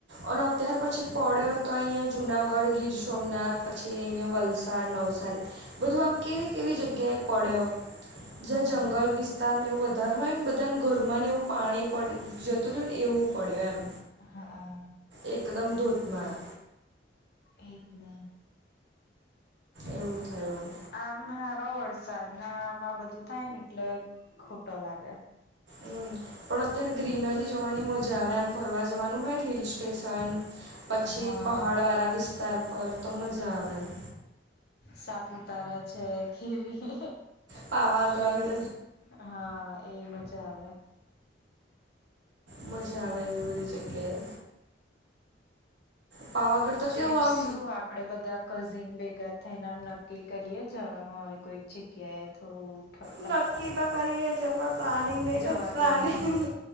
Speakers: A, on the right; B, on the left.
A: અને અત્યાર પછી પડ્યો હતો અહીંયા જુનાગઢ ગીર સોમનાથ. પછી અહીંયા વલસાડ નવસારી બધું આમ કેવી કેવી જગ્યાએ પડ્યો. જ્યા
B: હા હા
A: જંગલ વિસ તાર ને એવું વધારે હોય ન બધાને ઘરમાંને એવું પાણી પડ જતું રહ્યું ને એવું પડ્યું એમ
B: હા આ
A: એકદમ ધોધમાર
B: એજ ને
A: એવું થયું
B: આમ હારો વરસાદ ના આમાં બધું થાય ને એટલે ખોટો લાગે
A: અહં. પણ અત્યારે ગ્રીનરી જોવાની મજા આવે એમ ફરવા જવાનું હોય હિલ સ્ટેશન. પછી
B: હા
A: પહાડ વાળા વિસ્તાર પર તો મજા આવે આમ.
B: સાપુતારા છે કેવી
A: પાવાગઢ
B: એવી. હા એ મજા આવે.
A: હ મજા આવે એવી બધી જગ્યાએ. પાવાગઢ તો
B: જઈશું
A: કેવું આમ.
B: આપડે બધા કઝિન ભેગા થઈને આમ નક્કી કરીએ જવાનું આવી કોઈક જગ્યાએ. થોડ બ ઉઠા.
A: નક્કી તો કરીએ છેએ પણ પ્લાનિંગ નઈ તો
B: જવાતું
A: પ્લાનિંગ
B: નહી
A: હ